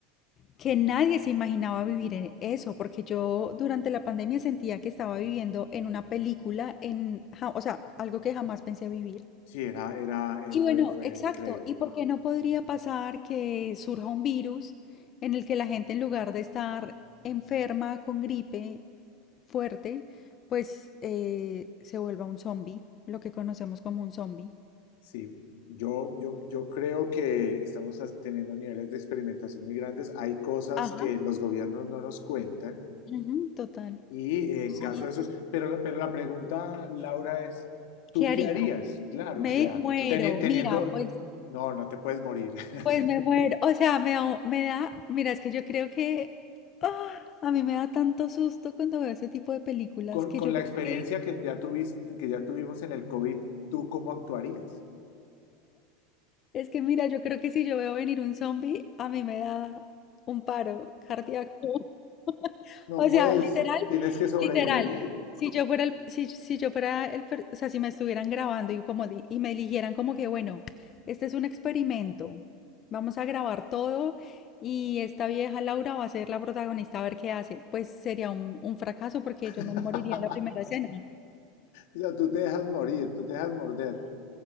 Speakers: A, on the left; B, on the left.
A: que nadie se imaginaba vivir en eso, porque yo durante la pandemia sentía que estaba viviendo en una película, en, ja- o sea, algo que jamás pensé vivir.
B: Sí, era, era, eh,
A: Y
B: fue,
A: bueno,
B: fue
A: exacto.
B: increíble.
A: ¿Y por qué no podría pasar que surja un virus en el que la gente en lugar de estar enferma con gripe fuerte, pues eh, se vuelva un zombie, lo que conocemos como un zombie?
B: Sí, yo, yo, yo creo que estamos as- teniendo niveles de experimentación muy grandes. Hay cosas
A: Ajá,
B: que los gobiernos no nos cuentan
A: ujú, total.
B: Y en
A: Sí,
B: caso de esos,
A: sí.
B: pero, pero la pregunta, Laura, es, ¿tú
A: ¿Qué haría?
B: qué harías? Claro,
A: Me
B: o sea,
A: muero,
B: teni- teniendo,
A: mira, pues,
B: no, no te puedes morir. <laughs>
A: pues me muero. O sea, me da, me da, mira, es que yo creo que ah, a mí me da tanto susto cuando veo ese tipo de películas
B: Con,
A: que
B: con
A: yo
B: la
A: creo
B: experiencia
A: que
B: que ya tuviste, que ya tuvimos en el COVID, ¿tú cómo actuarías?
A: Es que mira, yo creo que si yo veo venir un zombie, a mí me da un paro cardíaco. <laughs>
B: No
A: O
B: puedes,
A: sea, literal,
B: tienes que sobrevivir.
A: literal. Si yo fuera el, si, si yo fuera el, per- o sea, si me estuvieran grabando y como di- y me eligieran como que, bueno, este es un experimento. Vamos a grabar todo y esta vieja Laura va a ser la protagonista a ver qué hace. Pues sería un, un fracaso porque yo
B: <laughs>
A: me moriría en la primera escena.
B: O sea, tú te dejas morir, tú te dejas morder.